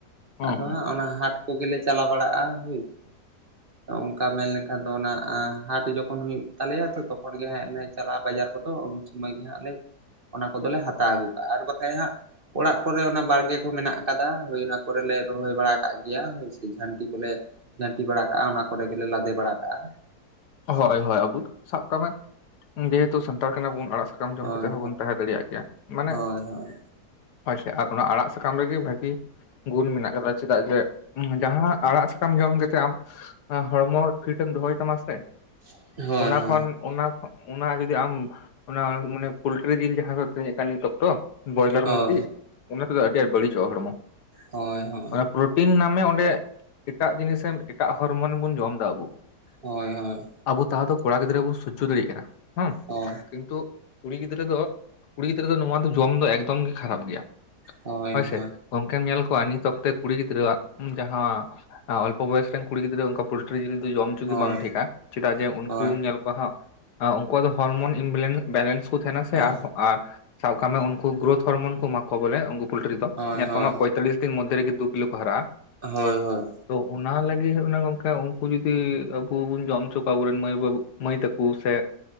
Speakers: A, on the left; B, on the right.
A: ᱦᱩᱸ
B: ᱟᱫᱚ
A: ᱦᱩᱸ
B: ᱦᱟᱸᱜ ᱚᱱᱟ ᱦᱟᱴ ᱠᱚᱜᱮᱞᱮ ᱪᱟᱞᱟᱣ ᱵᱟᱲᱟᱜᱼᱟ ᱦᱳᱭ
A: <inaudible>
B: ᱛᱚ ᱚᱱᱠᱟ ᱢᱮᱱᱞᱠᱷᱟᱱ ᱫᱚ ᱚᱱᱟ ᱦᱟᱴ ᱡᱚᱠᱷᱚᱱ ᱦᱩᱭᱩᱜ ᱛᱟᱞᱮᱭᱟ ᱛᱚ ᱛᱚᱠᱷᱚᱱ ᱜᱮ ᱦᱮᱡ ᱞᱮ ᱪᱟᱞᱟᱜᱼᱟ ᱵᱟᱡᱟᱨ ᱠᱚᱫᱚ ᱥᱚᱢᱚᱭ ᱜᱮ ᱦᱟᱸᱜ ᱞᱮ ᱚᱱᱟ ᱠᱚᱫᱚᱞᱮ ᱦᱟᱛᱟᱣ ᱟᱹᱜᱩ ᱠᱟᱜᱼᱟ ᱟᱨ ᱵᱟᱠᱷᱟᱡ ᱦᱟᱸᱜ ᱚᱲᱟᱜ ᱠᱚᱨᱮ ᱚᱱᱟ ᱵᱟᱲᱜᱮ ᱠᱚ ᱢᱮᱱᱟᱜ ᱟᱠᱟᱫᱟ ᱦᱳᱭ ᱚᱱᱟ ᱠᱚᱨᱮᱞᱮ ᱨᱚᱦᱚᱭ ᱵᱟᱲᱟ ᱟᱠᱟᱫ ᱜᱮ ᱜᱮᱭᱟ ᱦᱳᱭᱥᱮ ᱡᱷᱟᱹᱱᱴᱤ ᱠᱚᱞᱮ ᱡᱷᱟᱹᱱᱴᱤ ᱵᱟᱲᱟ ᱠᱟᱜᱼᱟ ᱚᱱᱟ ᱠᱚᱨᱮ ᱜᱮᱞᱮ ᱞᱟᱫᱮ ᱵᱟᱲᱟ ᱠᱟᱜᱼᱟ
A: ᱦᱳᱭ ᱦᱳᱭ ᱟᱵᱩ ᱥᱟᱵ ᱠᱟᱜ ᱢᱮ ᱡᱮᱦᱮᱛᱩ ᱥᱟᱱᱛᱟᱲ ᱠᱟᱱᱟ ᱵᱩᱱ ᱟᱲᱟᱜ ᱥᱟᱠᱟᱢ ᱡᱚᱢ
B: ᱦᱳᱭ
A: ᱠᱟᱛᱮᱫ ᱦᱚᱸᱵᱚᱱ ᱛᱟᱸᱦᱮ ᱫᱟᱲᱮᱭᱟᱜ ᱜᱮᱭᱟ ᱢᱟᱱᱮ
B: ᱦᱳᱭ ᱦᱳᱭ
A: ᱦᱳᱭ ᱥᱮ ᱟᱨ ᱚᱱᱟ ᱟᱲᱟᱜ ᱥᱟᱠᱟᱢ ᱨᱮᱜᱮ ᱵᱷᱟᱹᱜᱤ ᱜᱩᱱ ᱢᱮᱱᱟᱜ ᱟᱠᱟᱫᱟ ᱪᱮᱫᱟᱜ ᱡᱮ ᱡᱟᱦᱟᱸ ᱟᱲᱟᱜ ᱥᱟᱠᱟᱢ ᱡᱚᱢ ᱠᱟᱛᱮᱜ ᱟᱢ ᱦᱚᱲᱢᱚ ᱯᱷᱤᱴᱢ ᱫᱚᱦᱚᱭ ᱛᱟᱢᱟ ᱥᱮ
B: <unintelligible>
A: ᱚᱱᱟ
B: ᱦᱳᱭ
A: ᱠᱷᱚᱱ ᱚᱱᱟ ᱚᱱᱟ ᱡᱩᱫᱤ ᱟᱢ ᱚᱱᱟ ᱢᱟᱱᱮ ᱯᱳᱚᱞᱴᱤᱨᱤ ᱡᱤᱞ ᱡᱟᱦᱟᱸ ᱠᱚ ᱟᱹᱠᱷᱤᱨᱤᱧᱮᱫ ᱠᱟᱱ ᱱᱤᱛ ᱚᱠᱛᱚ ᱵᱚᱭᱞᱟᱨ
B: ᱦᱳᱭ
A: ᱢᱩᱨᱜᱤ ᱚᱱᱟ ᱛᱮᱫᱚ ᱟᱹᱰᱤ ᱟᱸᱴ ᱵᱟᱹᱲᱤᱡᱚᱜᱼᱟ ᱦᱚᱲᱢᱚ
B: ᱦᱳᱭ ᱦᱳᱭ
A: ᱚᱱᱟ ᱴᱤᱱ ᱱᱟᱢᱮ ᱚᱸᱰᱮ ᱮᱴᱟᱜ ᱡᱤᱱᱤᱥᱮ ᱮᱴᱟᱜ ᱦᱚᱨᱢᱚᱱ ᱵᱚᱱ ᱡᱚᱢᱫᱟ ᱟᱵᱚ
B: ᱦᱳᱭ ᱦᱳᱭ
A: ᱟᱵᱚ ᱛᱟᱣ ᱫᱚ ᱠᱚᱲᱟ ᱜᱤᱫᱽᱨᱟᱹ ᱵᱚᱱ ᱥᱚᱡᱚᱚ ᱫᱟᱲᱮᱭᱟᱜ ᱠᱟᱱᱟ ᱦᱮᱸ
B: ᱦᱳᱭ
A: ᱠᱤᱱᱛᱩ ᱠᱩᱲᱤ ᱜᱤᱫᱽᱨᱟᱹ ᱫᱚ ᱠᱩᱲᱤ ᱜᱤᱫᱽᱨᱟᱹ ᱫᱚ ᱱᱚᱣᱟ ᱫᱚ ᱡᱚᱢ ᱫᱚ ᱮᱠᱫᱚᱢ ᱜᱮ ᱠᱷᱟᱨᱟᱯ ᱜᱮᱭᱟ
B: ᱦᱳᱭ
A: ᱦᱳᱭᱥᱮ
B: ᱦᱳᱭ
A: ᱜᱚᱝᱠᱮᱢ ᱧᱮᱞ ᱠᱚᱣᱟ ᱱᱤᱛ ᱠᱩᱲᱤ ᱜᱤᱫᱽᱟᱹᱣᱟᱜ ᱡᱟᱦᱟᱸ ᱚᱞᱯᱚ ᱵᱚᱭᱮᱥ ᱨᱮᱱ ᱠᱩᱲᱤ ᱜᱤᱫᱽᱨᱟᱹ ᱚᱱᱠᱟ ᱯᱚᱞᱴᱨᱤ ᱡᱤᱞ ᱫᱚ ᱡᱚᱢ ᱚᱪᱚ
B: ᱦᱳᱭ
A: ᱜᱮ ᱵᱟᱝ ᱴᱷᱤᱠᱟ ᱪᱮᱫᱟᱜ ᱡᱮ ᱩᱱᱠᱩᱢ
B: ᱦᱳᱭ
A: ᱧᱮᱞ ᱠᱚᱣᱟ ᱦᱟᱸᱜ ᱩᱱᱠᱩᱣᱟᱜ ᱫᱚ ᱦᱚᱲᱚᱨᱢᱚᱱ ᱵᱮᱞᱮᱱᱥ ᱠᱚ ᱛᱟᱦᱮᱱᱟ ᱥᱮ
B: ᱦᱳᱭ
A: ᱟᱨ ᱟᱨ ᱥᱟᱵ ᱠᱟᱜ ᱢᱮ ᱩᱱᱠᱩ ᱜᱨᱳᱛᱷ ᱦᱚᱨᱢᱚᱱ ᱠᱚ ᱮᱢᱟ ᱠᱚᱣᱟ ᱵᱚᱞᱮ ᱩᱱᱠᱩ ᱯᱳᱚᱞᱴᱨᱤ ᱫᱚ
B: ᱦᱳᱭ
A: ᱧᱮᱞ
B: ᱦᱳᱭ ᱦᱳᱭ
A: ᱠᱚᱣᱟᱢᱦᱟᱜ ᱯᱚᱸᱭᱛᱟᱞᱤᱥ ᱫᱤᱱ ᱢᱽᱮ ᱨᱮᱤ ᱫᱩ ᱠᱤᱞᱳ ᱠᱚ ᱦᱟᱨᱟᱜᱼᱟ
B: ᱦᱳᱭ ᱦᱳᱭ
A: ᱛᱚ ᱚᱱᱟ ᱞᱟᱹᱜᱤᱫ ᱦ ᱠᱟᱱᱟ ᱜᱚᱢᱠᱮ ᱩᱱᱠᱩ ᱡᱩᱚᱫᱤ ᱟᱵᱚ ᱵᱚᱱ ᱡᱚᱢ ᱦᱚᱪ ᱠᱟ ᱟᱵᱨᱮᱱ ᱢᱟᱹᱭ ᱵᱟᱹᱵᱩ ᱢᱟᱹᱭ ᱛᱟᱠᱚ ᱥᱮ